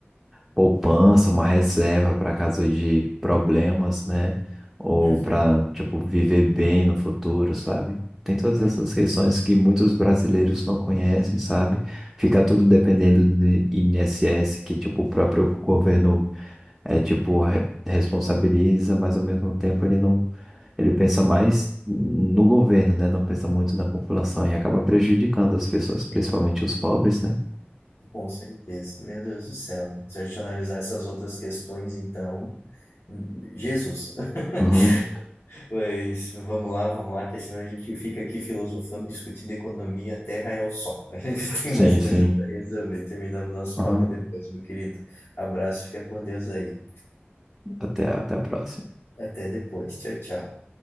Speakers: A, in the centre; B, on the left.
A: poupança, uma reserva para caso de problemas, né? Ou
B: Uhum,
A: para, tipo, viver bem no futuro, sabe? Tem todas
B: uhum,
A: essas questões que muitos brasileiros não conhecem, sabe? Fica tudo dependendo do INSS, que, tipo, o próprio governo é, tipo, re- responsabiliza, mas ao mesmo tempo ele não, ele pensa mais no governo, né? Não pensa muito na população e acaba prejudicando as pessoas, principalmente os pobres, né?
B: com certeza. Meu Deus do céu, né? Se a gente analisar essas outras questões, então, hum, Jesus. <laughs>
A: Uhum.
B: Mas vamos lá, vamos lá, que senão a gente fica aqui filosofando, discutindo economia, a terra é o sol. <laughs> A gente tem
A: Sim,
B: mais coisa
A: sim.
B: para resolver. Terminamos nosso
A: Uhum.
B: papo depois, meu querido. Abraço, fica com Deus aí.
A: Até, até a próxima.
B: Até depois. Tchau, tchau.